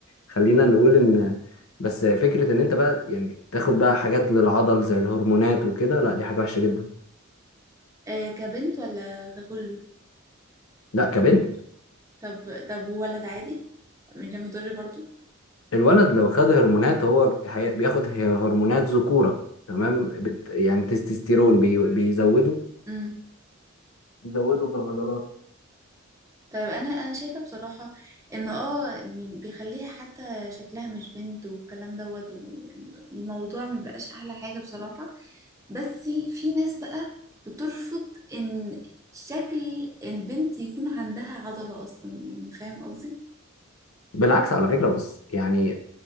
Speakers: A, on the left; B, on the right.
A: خلينا نقول إن بس فكرة إن أنت بقى يعني تاخد بقى حاجات للعضل زي الهرمونات وكده لا دي حاجة وحشة جدا
B: آه، كبنت ولا ككله
A: لا كبنت
B: طب طب ولد عادي مش ده مضر برضو
A: الولد لو خد هرمونات هو هي- بياخد هرمونات ذكورة تمام بت يعني تستوستيرون بي... بيزوده
B: امم
A: يزودوا في العضلات
B: طيب انا انا شايفه بصراحه ان اه بيخليها حتى شكلها مش بنت والكلام دوت والموضوع مبقاش احلى حاجه بصراحه بس في ناس بقى بترفض ان شكل البنت يكون عندها عضله اصلا يعني فاهم قصدي
A: بالعكس على فكرة بس يعني